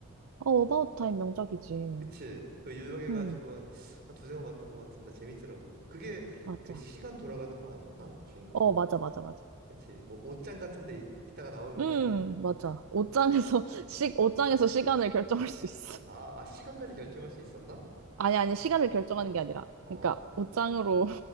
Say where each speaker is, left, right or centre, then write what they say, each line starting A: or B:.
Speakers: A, on the right (about 80°); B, on the right (about 50°).
A: 어바웃 타임 명작이지.
B: 그치? 그 유명해가지고
A: 음,
B: 한, 한 두세 번 봤던 것 같은데 재밌더라고. 그게
A: 맞아.
B: 그 시간 돌아가는 거 아니었나? 주인공이?
A: 어, 맞아, 맞아, 맞아.
B: 그치? 뭐 옷장 같은 데 있, 이따가 나오면은
A: 음, 맞아. 옷장에서, <laughs> 시, 옷장에서 시간을 결정할 수
B: <laughs>
A: 있어.
B: 아, 아, 시간까지 결정할 수 있었나?
A: 아니, 아니, 시간을 결정하는 게 아니라.
B: 어.
A: 그러니까, 옷장으로